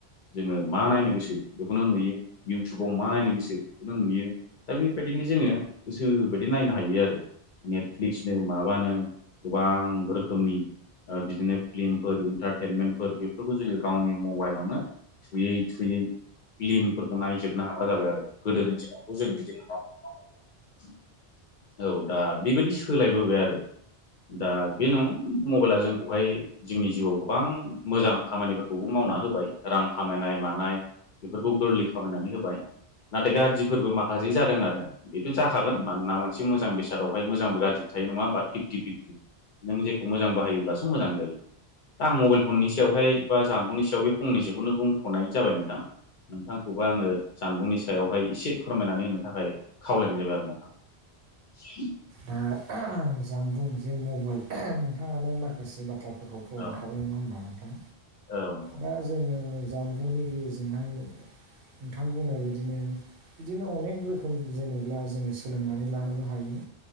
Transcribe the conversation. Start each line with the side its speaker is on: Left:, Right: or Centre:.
Left: जोङो मा नायनो गोसो बेखौनो नुयो। इउटुबाव मा नायनो गोसो <unintelligible> नुयो दा बेबायदिनो जोङो गोसो बायदि नायनो हायो आरो। नेटफ्लिक्सनो माबानो गोबां रोखोमनि ओ बिदिनो फ्लिमफोर इन्टारटेनमेन्टफोर बेफोरखौ जोङो गावनि मबाइलावनो थुयै- थुयै फ्लिमफोरखौ नायजोबनो हाग्रा जाबाय आरो। गोदोनि दिनावथ' जों बिदि नङामोन <unintelligible> औ दा बेबायदि सोलायबोबाय आरो। दा बे नं मबाइला जोंखौहाय जोंनि जिवाव गोबां मोजां खामानिफोरखौबो मावना होबाय रां खामायनाय मानाय बेफोरखौ गोरलै खामायनानै होबाय नाथाय गाज्रिफोरबो माखासे जादों आरो। बेथ' जाखागोन मानोना मोनसे मोजां बेसादावहाय मोजांबो गाज्रिबो थायो नङा होमबा फिप्टि-फिप नों जेखौ मोजां बाहायोब्लासो मोजां जायो। आं मबाइल फननि सायावहाय बा जानबुंनि सायाव बे फंनैसोखौनो बुंथ'नाय जाबाय नोंथां। नोंथांखौबो आङो जानबुंनि सि सायावहाय एसे फोरमायनानै होनो थाखाय खावलायनाय जाबाय आरो नोंथां।
Right: ओ आं जानबुं जे मबाइल नोंथाङानो माखासे बाथ्रा खौ फोरमानायखाबाय
Left: औ
Right: नङा होमबा नोंथां
Left: औ नोंथां
Right: दा जोंनो जामबुंनि गेजेरजोंहाय नोंथां बुंनाय बायदिनो बिदिनो अनेक रोखोम जेनब्ला जों सोलोंनानै लानोबो हायो